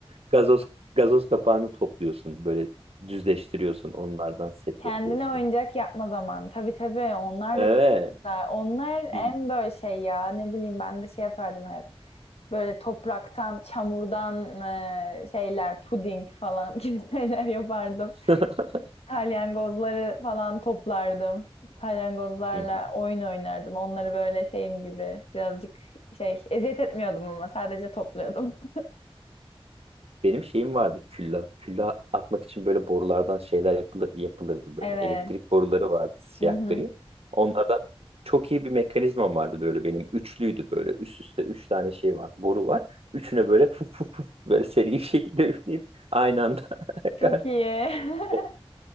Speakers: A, on the right; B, on the left.
A: Gazoz gazoz kapağını topluyorsun böyle düzleştiriyorsun onlardan set
B: Kendine
A: yapıyorsun.
B: oyuncak yapma zaman. Tabii tabii onlar
A: Evet.
B: da çok güzel. Onlar
A: Bir...
B: en böyle şey ya ne bileyim ben de şey yapardım hep. Böyle topraktan, çamurdan e, şeyler, puding falan <laughs> gibi şeyler yapardım.
A: <laughs>
B: Salyangozları falan toplardım. Salyangozlarla
A: Hı hı.
B: oyun oynardım. Onları böyle şeyim gibi birazcık şey eziyet etmiyordum ama sadece topluyordum. <laughs>
A: Benim şeyim vardı külla. Külla atmak için böyle borulardan şeyler yapılır, yapılırdı böyle.
B: Evet.
A: Elektrik boruları vardı siyah
B: Hı hı.
A: gri. Onlardan çok iyi bir mekanizmam vardı böyle benim. Üçlüydü böyle. Üst üste üç tane şey var. Boru var. Üçüne böyle <laughs> fuf fuf fuf böyle seri bir şekilde üfleyip aynı anda. <laughs>
B: Çok iyi. <laughs>
A: o-